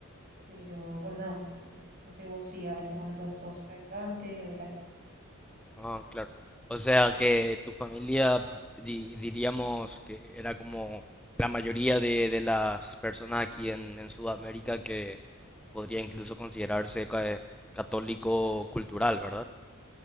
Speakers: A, on the right; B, in the centre.
A: Pero bueno, nada, eso. No sé vos si en este momento sos practicante o qué tal.
B: Ah, claro. O sea que tu familia, di- diríamos que era como la mayoría de, de las personas aquí en, en Sudamérica que podría incluso considerarse ca- católico cultural, ¿verdad?